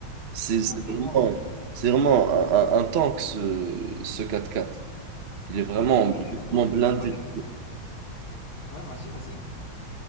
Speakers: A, on the right; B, on the left.
A: C'est
B: Exactement.
A: c'est vraiment, c'est vraiment un, un, un tank, ce, ce quatre quatre Il est vraiment,
B: Ouais,
A: il
B: les,
A: est vraiment blindé.
B: ouais, les- ouais, vas-y, vas-y.